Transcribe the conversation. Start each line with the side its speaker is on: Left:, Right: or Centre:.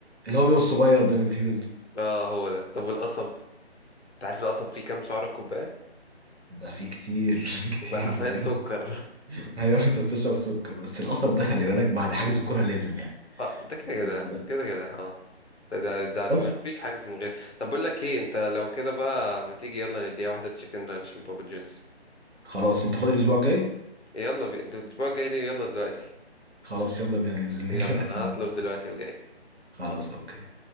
Right: اللي هو بيبقى الصغير ده اللي فيه بز-
Left: اه هو ده طب والقصب انت عارف القصب فيه كام سعرة كوباية
Right: ده فيه كتير <laughs> كتير
Left: كوباية حرفيا
Right: بجد
Left: سكر <laughs>
Right: <laughs> ايوه انت بتشرب سكر بس القصب ده خلي بالك بعد حجز كرة لازم يعني
Left: اه ده كده
Right: لازم
Left: كده
Right: تبقى-
Left: كده كده اه ده ده ده مفيش
Right: خلاص
Left: حجز من غير طب بقول لك ايه انت لو كده بقى ما تيجي يلا نديها واحدة تشيكن رانش من بابا جونز
Right: خلاص انت فاضي الاسبوع الجاي
Left: يلا بي... ده الاسبوع الجاي ليه يلا دلوقتي
Right: خلاص يلا بينا ننزل <laughs>
Left: يلا
Right: دلوقتي
Left: انا هطلب دلوقتي وجاي
Right: خلاص اوكي